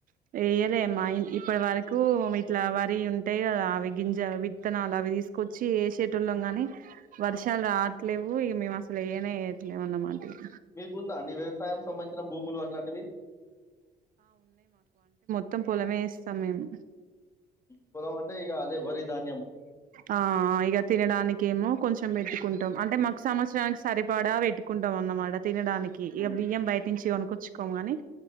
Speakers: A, on the right; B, on the left.
A: ఎయ్యలే మా ఇం ఇప్పటి వరకు ఇట్లా వరి ఉంటయి కదా అవి గింజ విత్తనాలు అవి తీసుకొచ్చి ఏసేటోళ్లం గాని వర్ వర్షాలు రావట్లేవ్వు ఇగ మేము అసలు ఏయనే ఏయట్లేము అన్నమాట ఇగ.
B: మీకుందా అండి వ్యవసాయం సంబంధించిన భూములు అట్లాంటివి.
A: త్తం పోలమే ఏస్తం మేము.
B: పొలం అంటే ఇగ అదే వరి, ధాన్యం.
A: ఆ ఆ ఇగ తినడానికేమో కొంచెం బెట్టి కుంటం అంటే మాకు సంవత్సరానికి సరిపడా పెట్టుకుంటం అన్నమాట తినడానికి,
B: హ్మ్.
A: ఇగ బియ్యం బయటి నుంచి కొను కొచ్చుకోము గనీ,